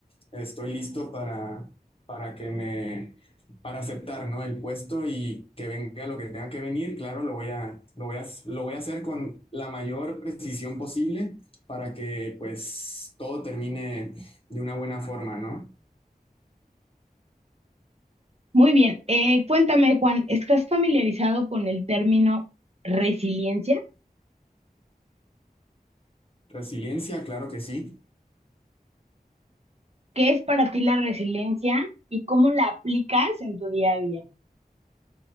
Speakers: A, on the left; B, on the right.
A: estoy listo para, para que me, para aceptar, ¿no? El puesto y que venga lo que tenga que venir, claro, lo voy a, lo voy a, lo voy a hacer con la mayor precisión posible para que pues todo termine de una buena forma, ¿no?
B: Muy bien, eh, cuéntame Juan, ¿estás familiarizado con el término resiliencia?
A: Resiliencia, claro que sí.
B: ¿Qué es para ti la resiliencia y cómo la aplicas en tu día a día?